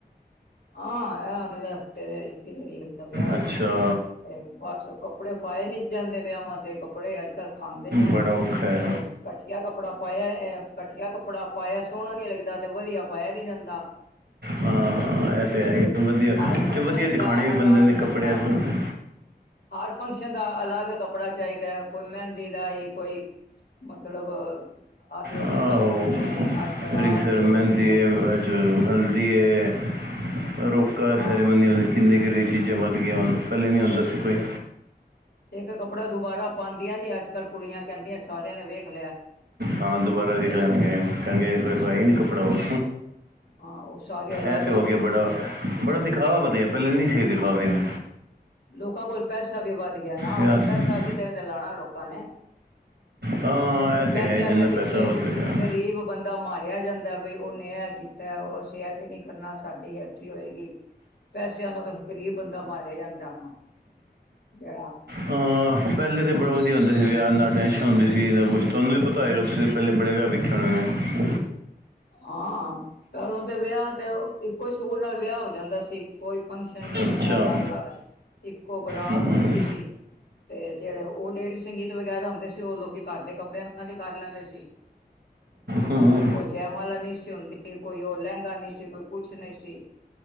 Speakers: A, on the left (about 70°); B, on the right (about 80°).
A: ਆਹ ਇਹ ਅਗਲੇ ਹਫ਼ਤੇ ਦੇ ਇੱਕੀ ਤਰੀਕ ਦਾ ਵਿਆਹ ਐ,
B: ਅੱਛਾ
A: ਤੇ ਬਸ ਕੱਪੜੇ ਪਾਏ ਨੀ ਜਾਂਦੇ ਵਿਆਵਾਂ ਤੇ, ਕੱਪੜੇ ਅੱਜ-ਕੱਲ੍ਹ ਖਾਂਦੇ ਨੇ,
B: ਬੜਾ ਔਖਾ ਹੈ
A: ਤੇ ਘਟੀਆ ਕੱਪੜਾ ਪਾਇਆ ਐ, ਘਟੀਆ ਕੱਪੜਾ ਪਾਇਆ ਸੋਹਣਾ ਨੀ ਲੱਗਦਾ, ਤੇ ਵਧੀਆ ਪਾਇਆ ਨੀ ਜਾਂਦਾ।
B: ਹਾਂ ਇਹ ਤੇ ਹੈ ਵਧੀਆ,
A: ਹਰ ਫੰਕਸ਼ਨ
B: ਤੇ ਵਧੀਆ ਦਿਖਾਣੇ
A: ਦਾ
B: ਵੀ
A: ਅਲੱਗ
B: ਪੈਂਦੇ ਨੇ
A: ਕੱਪੜਾ
B: ਕੱਪੜੇ ਅੱਜ-ਕੱਲ੍ਹ।
A: ਹਰ ਫੰਕਸ਼ਨ ਦਾ ਅਲੱਗ ਕੱਪੜਾ ਚਾਹੀਦਾ ਐ, ਕੋਈ ਮਹਿੰਦੀ ਦਾ ਈ, ਕੋਈ ਮਤਲਬ ਅੱਜ ਰਿੰਗ
B: ਆਹੋ
A: ਸਰਮਨੀ ਐ, ਅੱਜ ਬਰਾਤ
B: ਰਿੰਗ ਸਰ
A: ਐ,
B: ਮਹਿੰਦੀ
A: ਉਹ ਸੂਟ
B: ਹੈ ਅੱਜ ਹਲਦੀ ਏ, ਰੋਕਾ
A: ਹਾਂ
B: ਸੈਰੇਮਨੀ ਕਿੰਨੇ-ਕਿੰਨੇ ਚੀਜ਼ਾਂ ਵੱਧ ਗਈਆਂ ਹੁਣ।
A: ਫਿਰ
B: ਪਹਿਲੇ ਨੀ ਆਂਦਾ ਸੀ ਕੋਈ।
A: ਇੱਕ ਕੱਪੜਾ ਦੁਬਾਰਾ ਪਾਂਦੀਆਂ ਨੀ ਅੱਜ-ਕੱਲ ਕੁੜੀਆਂ, ਕਹਿੰਦੀਆਂ ਸਾਰਿਆਂ ਨੇ ਵੇਖ ਲਿਆ।
B: ਹਾਂ ਦੁਬਾਰਾ ਦੇਖ
A: ਫਿਰ
B: ਲੈਣਗੇ ਕਹਣਗੇ ਕੋਈ ਹੋਇਆ ਹੀ ਨਹੀਂ ਕੱਪੜਾ ਉਹ
A: ਹਾਂ ਉਹ ਸਾਰੇ ਅਲੱਗ
B: ਇਹ ਤੇ
A: ਅਲੱਗ
B: ਹੋ ਗਿਆ
A: ਫੰਕਸ਼ਨ
B: ਬੜਾ
A: ਦੇ
B: ਬੜਾ ਦਿਖਾਵਾ ਵਧੀਆ ਪਹਿਲੇ ਨਹੀਂ ਸਹੀ ਦਿਖਾਵੇ ਨੇ
A: ਲੋਕਾਂ ਕੋਲ ਪੈਸਾ ਵੀ ਵੱਧ ਗਿਆ ਨਾ
B: ਵਿਆਹ
A: ਉਹ
B: ਤੇ।
A: ਪੈਸਾ ਕਿੱਦਾਂ ਤਾਂ ਕਿੱਦਾਂ ਲੋਕਾਂ ਨੇ
B: ਹਾਂ
A: ਉਹ
B: ਇਹ
A: ਪੈਸੇ
B: ਤੇ ਹੈ
A: ਵਾਲਿਆਂ
B: ਜਿੰਨਾ
A: ਪਿੱਛੇ
B: ਪੈਸਾ ਵੱਧ ਗਿਆ
A: ਗਰੀਬ ਬੰਦਾ ਮਾਰਿਆ ਜਾਂਦਾ ਬਈ ਉਹਨੇ ਇਹ ਕੀਤਾ ਅਸੀਂ ਇੰਜ ਨਹੀਂ ਕਰਨਾ ਸਾਡੀ ਹੀ ਇਕਠੀ ਹੋਏਗੀ ਪੈਸਿਆਂ ਦਾ ਗ਼ਰੀਬ ਬੰਦਾ ਮਾਰਿਆ ਜਾਂਦਾ ਹੁਣ ਜਰਾ
B: ਹਾਂ ਪਹਿਲੇ ਤਾਂ ਬੜਾ ਵਧੀਆ ਹੁੰਦੇ ਸੀ ਵਿਆਹ ਨਾ ਟੈਸ਼ਨ ਹੁੰਦੀ ਸੀ ਨਾ ਕੁਛ ਤੁਹਾਨੂੰ ਨੀ ਪਤਾ ਹੋਏਗਾ ਤੁਂ ਪਹਿਲੇ ਬੜੇ ਵਿਆਹ ਵੇਖੇ ਹੋਣੇ ਨੇ
A: ਹਾਂ ਤਨੂੰ ਦੇ ਵਿਆਹ ਤੇ ਆਓ ਇੱਕੋ ਹੀ ਸੂਟ ਨਾਲ ਵਿਆਹ ਹੋ ਜਾਂਦਾ ਸੀ। ਕੋਈ ਫੰਕਸ਼ਨ ਨਹੀਂ ਸੀ
B: ਅੱਛਾ
A: ਹੁੰਦਾ ਅਲੱਗ ਅਲੱਗ ਇੱਕੋ ਬਰਾਤ
B: ਹਮ।
A: ਹੁੰਦੀ ਸੀ। ਤੇ ਜਿਹੜੇ ਉਹ ਲੇਡੀਜ਼ ਸੰਗੀਤ ਵਗੈਰਾ ਹੁੰਦੇ ਸੀ ਉਹ ਲੋਕੀ ਘਰ ਦੇ ਕੱਪੜਿਆਂ ਦੇ ਨਾਲ ਕਰ ਲੈਂਦੇ ਸੀ।
B: ਹੂ,,,
A: ਜੈਮਾਲ ਨਹੀਂ ਸੀ ਹੁੰਦੀ ਕੋਈ ਉਹ ਲਹਿੰਗਾ ਨਹੀਂ ਸੀ ਕੋਈ ਕੁਛ ਨਹੀਂ ਸੀ